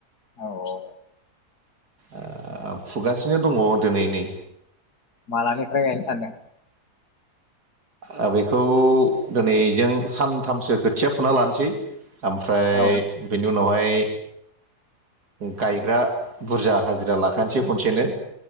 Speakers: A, on the left; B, on the right.
A: औ औ।
B: ओ फुगासिनो दंङ दिनै नै
A: मालानिफ्राय गायनो सानदों?
B: ओ बेखौ दिनैजों सानथामसो खोथिया फुना लानोसै ओमफ्राय
A: औ
B: बेनि उनावहाय गायग्रा बुरजा हाजिरा लाखानोसै खनसेनो